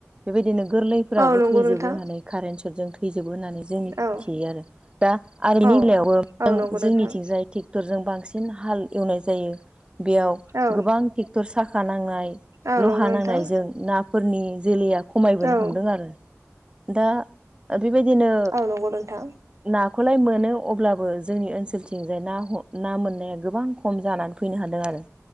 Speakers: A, on the right (about 20°); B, on the right (about 75°).
A: बेबायदिनो गोरलै फोराबो
B: औ नंगौ
A: थैजोबो
B: नोंथां
A: होननानै कारेन्ट सटजों थैजोबो होननानै जोंनि मिथियो
B: औ
A: आरो दा आरनि
B: औ
A: बेलायावबोों
B: औ नंगौ
A: जोंनिथिंजाय
B: नोंथां
A: थिग ट्रेक्टरजों बांसिन हाल एवनाय जायो बेयाव
B: औ
A: गोबां ट्रेक्टर साखा नांनाय
B: औ
A: लहा
B: नंगौ नोंथां
A: नांनायजों ना फोरनि जोलैया खमायबोनो
B: औ
A: हमदों आरो दा आरो बेबायदिनो
B: औ नंगौ नोंथां
A: नाखौलाय मोनो अब्लाबो जोंनि ओनसोलथिंजाय ना ना मोननाया गोबां खम जानानै फैनो हादों आरो